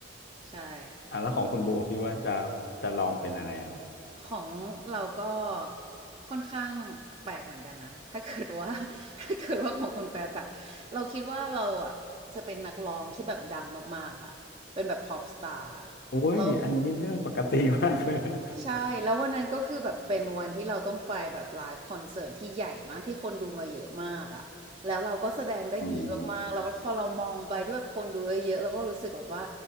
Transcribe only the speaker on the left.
อ่ะแล้วของคุณโบคิดว่าจะจะลองเป็นอะไรครับ
โอ้ยอันนี้เรื่องปกติมากเลยนะ
อืม